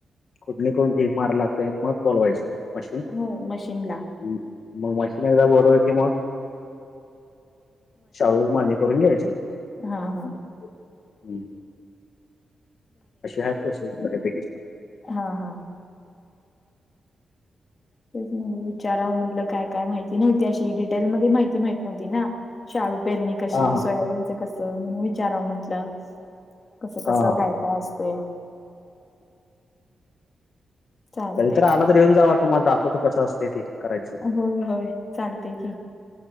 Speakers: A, on the left; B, on the left.
A: खुडणी करून ढीग मार लागतय मग बोलवायचं मशीन.
B: हो मशीन ला.
A: हम्म मग मशीन एकदा बोलवली की मग शाळू मळणी करून घ्यायच हम्म.
B: हा हा
A: अशी हाय प्रोसेस बऱ्यापैकी.
B: हां हां. तेच म्हटलं विचाराव म्हणल काय काय माहिती नव्हती अशी डिटेल मध्ये माहिती माहित नव्हती ना. शाळू पेरणी कशी,
A: हा हा
B: सोयाबीनच कसं म्हणून विचाराव म्हटलं. कसं कसं
A: हा हा.
B: काय काय असतंय. चालते
A: कधी तर आला तर येऊन जावा तुम्हाला दाखवतो कसं असतय ते. करायचं
B: होय होय चालतय की.